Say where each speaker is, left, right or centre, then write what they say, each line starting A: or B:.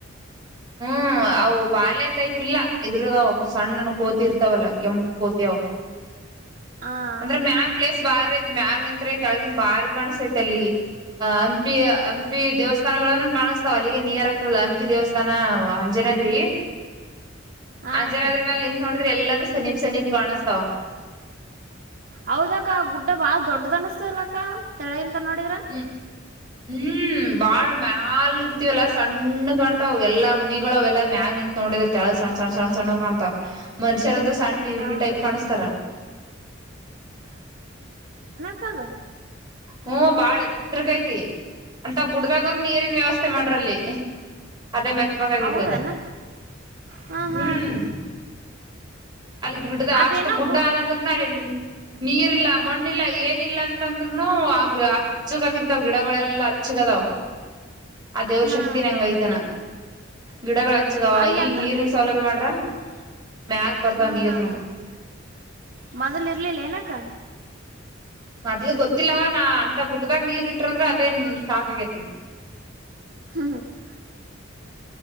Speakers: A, on the right; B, on the right.
A: ಹ್ಮ್ ಅವು ಬಾಲ್ಯ ಟೈಪ್ ಇಲ್ಲ ಇದ್ರದಾವ <unintelligible> ಸಣ್ಣನ ಕೋತಿ ಇರ್ತಾವಲ್ಲ ಕೆಂಪ ಕೋತಿ ಅವು
B: ಆ
A: ಅಂದ್ರೆ
B: ಅಕ್ಕ
A: ಮ್ಯಾಗ್ ಪ್ಲೇಸ್ ಬಾರೀ ಆಯ್ತ್ <unintelligible> ಮ್ಯಾಗ ನಿಂತ್ರೆ ಕೆಲಗಿನ <unintelligible> ಬಾರಿ ಕಾಣಿಸತೈತ್ ಅಲ್ಲಿ ಹಾ ಹಂಪಿ ಹಂಪಿ ದೇವಸ್ಥಾನಗಳನ್ನು ಕಾಣಿಸ್ತಾವ ಅಲ್ಲಿಗೆ ನಿಯರ್ ಹಂಪಿ ದೇವಸ್ಥಾನ ಅಂಜನಾದ್ರಿ
B: ಆ
A: ಅಂಜನಾದ್ರಿ
B: ಅಕ್ಕ
A: ಮೇಲೆ ನಿಂತ್ ನೋಡ ಆದ್ರೆ ಎಲ್ಲಾನು ಸೆನೀಪ್ ಸೆನೀಪ್ ಕಾಣಿಸ್ತಾವ
B: ಹೌದಕ್ಕ ಗುಡ್ಡ ಬಾಳ ದೊಡ್ಡದ ಅನಸ್ತಲ ಅಕ್ಕ ತಿಂದ ನೋಡುದ್ರೆ
A: ಹ್ಮ್ ಹ್ಮ್ ಬಾಳ ಮ್ಯಾಲ ಇರ್ತಿವಲ್ಲ ಸಣ್ಣ ಕಾಣ್ತಾವ ಎಲ್ಲಾ ಮನಿಗಳು ಅವ ಎಲ್ಲಾ ಮ್ಯಾಗ ನಿಂತತ್ ನೋಡಿದ್ರ ತಳಗ್ ಸಣ್ಣ ಸಣ್ಣ ಸಣ್ಣ ಸಣ್ಣ ಕಾಣ್ತಾವ್ ಮನುಷ್ಯರಂತೂ ಸಣ್ಣ ಇರುವೆ
B: ಆ
A: ಟೈಪ್ ಕಾಣುತ್ತಾರೆ
B: ಕದ <unintelligible>
A: ಹ್ಮ ಬಾಳ ಹತ್ರಿಕಐತಿ ಅಂತ ಗುಡ್ದಾಗಂದು ನೀರಿನ ವ್ಯವಸ್ಥೆ ಮಾಡ್ರಲ್ಲಿ ಅದೇ ಮೆಚ್ಬೇಕಾಗಿದ್ದು
B: ಹೌದನ ಹಾ ಹಾ
A: ಹ್ಮ್
B: ಅಕ್ಕ
A: ಅಲ್ಲಿ ಗಿಡ್ಡ್ದ
B: ಅದೇನೋ
A: ಅಷ್ಟು ಗುಡ್ಡ
B: ಗುಡ್
A: ಆದಂದ್ರೂ ನಡಲ್ ನೀ ನೀರಿಲ್ಲ ಮಣ್ಣಿಲ್ಲ ಏನಿಲ್ಲ ಅಂತ ಅಂದ್ರೂನು ಆ ಗಿ ಹಚ್ಚಕ್ಕಗರ್ತಾವ ಗಿಡಗಳೆಲ್ಲಾ ಹಚ್ಚಕ್ ಅದಾವ ಅ ದೇವ್ರ
B: ಹಾ
A: ಶಕ್ತಿ
B: ಅಕ್ಕ
A: ನ ಹೆಂಗೈತಾನ ಗಿಡಗಳು ಹಚ್ಚಗವ
B: ಅಲ್ಲಿ
A: ಈಗ
B: ಅಂದ್ರ
A: ನೀರಿನ್ ಸೌಲಭ್ಯ ಮಾಡ್ರ ಮ್ಯಾಗ ಬರ್ತಾವ
B: ಹಾ
A: ನೀರ್ನು
B: ಹಾಕಮ್ಮ ಮೊದಲ್ರಲಿಲ್ಲ ಏನಕ್ಕ
A: ಮೊದಲು ಗೊತ್ತಿಲ್ಲಲ್ವ ನಾ ಅಂತ ಗುಟ್ಟಿದಾಗ ನೀರ್ ಇಟ್ಟ್ರಂದ್ರ ಅದೇ ಶಾಕ್ ಆಗೇತ್ ನಮ
B: <unintelligible>